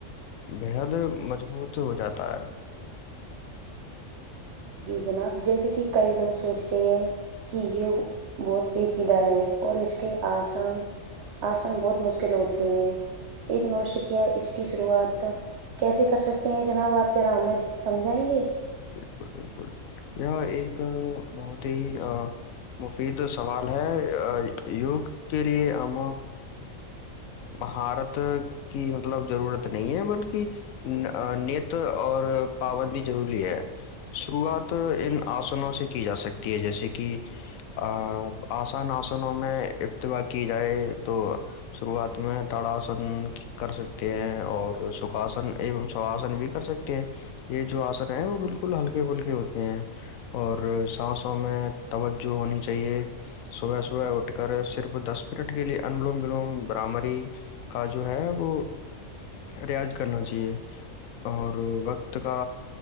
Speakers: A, on the left (about 85°); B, on the right (about 60°).
A: بےحد مضبوط ہو جاتا ہے
B: جی جناب جیسے کہ کئی لوگ سوچتے ہیں کہ یوگ بہت پیچیدہ ہے اور اس کے آسن آسن بہت مشکل ہوتے ہیں ایک نوٹ شکیا اس کی شروعات کیسے کر سکتے ہیں جناب آپ ذرا ہمیں سمجھائیں گے
A: بک بالکل یہ ایک بہت ہی مفید سوال ہے یوگ کے لیے ہم مہارت کی مطلب ضرورت نہیں ہے بلکہ نت اور پابندی ہے شروعات ان آسنوں سے کی جا سکتی ہے جیسے کہ آ آسان آسنوں میں ابتبا کی جائے تو شروعات میں تڑاسن کر سکتے ہیں اور سکاسن ایوم سواسن بھی کر سکتے ہیں یہ جو آسن ہیں وہ بالکل ہلکے پھلکے ہوتے ہیں اور سانسوں میں توجہ ہونی چاہیے صبح صبح اٹھ کر صرف دس منٹ کے لیے انلوم ولوم برامری کا جو ہے وہ ریاض کرنا چاہیے اور وقت کا